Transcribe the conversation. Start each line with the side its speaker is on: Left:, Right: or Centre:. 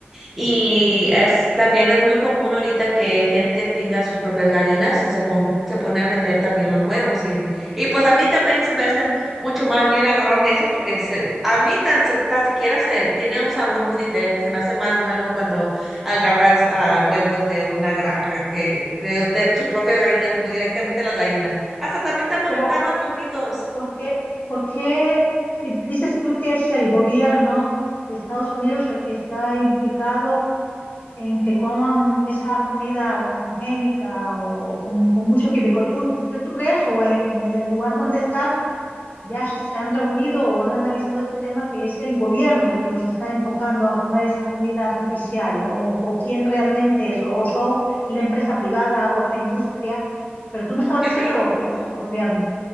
Centre: Y es, también es muy común ahorita que gente tenga sus propias gallinas y se, pon- se pone a vender también los huevos. Y, y pues a mí también se me hace mucho más bien agarrar de eso porque se, a mí tan, se- tan siquiera se tiene un sabor muy diferente. Se me hace más bueno cuando agarras ah, huevos de una granja que de, de sus propias gallinas, como directamente las gallinas. Hasta también están
Left: Pero,
Centre: más bonitos.
Left: ¿por qué, por qué si dices tú que es el gobierno de Estados Unidos el que está implicado? en que coman esa comida transgénica o con, con mucho químico. ¿Tú, usted, ¿tú crees o e- en el el lugar donde estás ya se se han reunido o han analizado este tema que es el gobierno el que los está enfocando a comer esa comida artificial o, o quién realmente es o, o son la empresa privada o es la industria? Pero tú me estabas
Centre: Yo
Left: diciendo
Centre: creo.
Left: que es el gobierno.